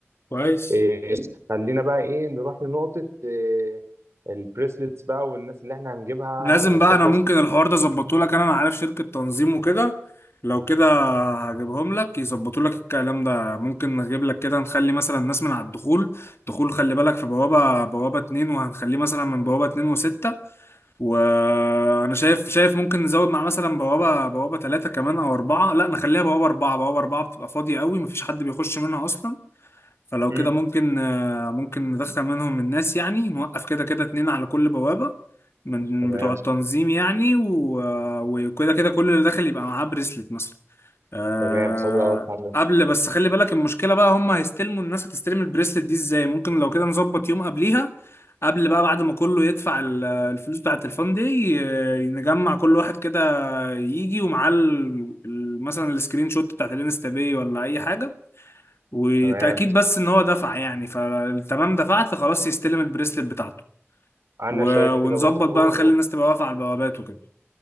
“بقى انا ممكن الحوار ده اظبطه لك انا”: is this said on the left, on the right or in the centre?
Left